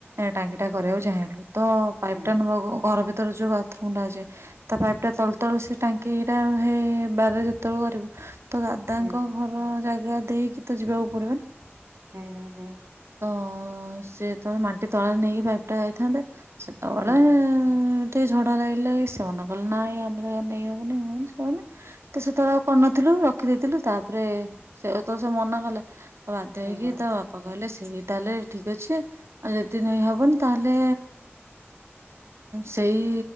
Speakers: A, on the right (about 70°); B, on the right (about 85°).
A: ଟାଙ୍କି ଟା କରିବାକୁ ଚାହିଁଥିଲୁ ତ ପାଇପ୍
B: ହୁଁ
A: ଟା ନ ଘର ଭିତ ଉର ଯୁଗ। ା ତା ପାଇପ ଟା। ସେ ଟାଙ୍କି ଟା ହେ ବାରେ ଯେତେବେ କରିବୁ ତ ଦାଦାଙ୍କ
B: ହୁଁ
A: ଘର ଜାଗା ଦେଇକି ତ ଯ କୁ ପଡିବ ନା
B: ହୁଁ ହୁଁ ହୁଁ।
A: ଅ ସେତଳେ ମାଟି ତଳୋରେ ନେଇକି ପାଇପ୍ ଟା ଯାଇଥାନ୍ତେ। ସେତେବେଳେ।
B: ହୁଁ
A: ଏତେ ଝଡା ଲାଗିଲା ସେ ମନ କଲେ ନା ଜା ନେଇ ହବ ନ ହବନି ସେନି ତ ସେତେବେଳେ ଆଉ କରିନଥିଲୁ ରଖିଦେଇଥିଲୁ ତାପରେ ସେ ସେ ମନା କଲେ। ବାଧ୍ୟ ହେଇକି
B: ହଁ ହଁ
A: ତ ବାପ କହିଲେ ସେଇ ତାହେଲେ ଠିକ୍ ଅଛି ଆଉ ଯଦି ନହବନି ତାହେଲେ ସେଇ